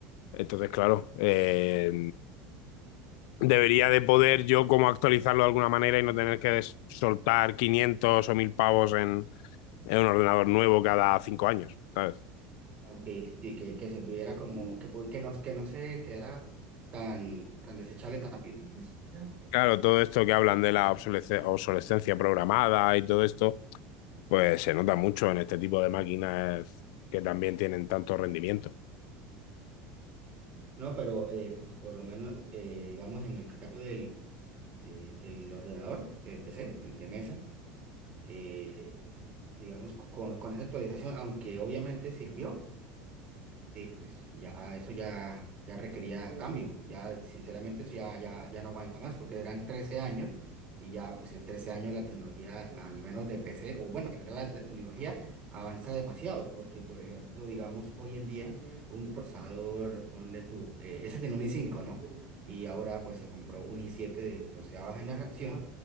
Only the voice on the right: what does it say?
Que, y que, que se pudiera como, que, pu- que, no, que no se quedara tan, tan desechable tan rápido. Exacto.
No, pero eh, pues por lo menos, eh, digamos, en el caso del, de- del ordenador, del PC, del de mesa, eh, digamos, con, con esa actualización, aunque obviamente sirvió. pues ya eso ya, ya requería cambio, ya sinceramente eso ya, ya, ya no aguanta más porque eran trece años y ya pues en 13 años la tecnología, al menos de PC, o bueno, en general la, la tecnología avanza demasiado porque por ejemplo, digamos hoy en día un procesador, ponle tú, eh, ese tiene un i5, ¿no? Y ahora pues se compró un i7 de 14 generación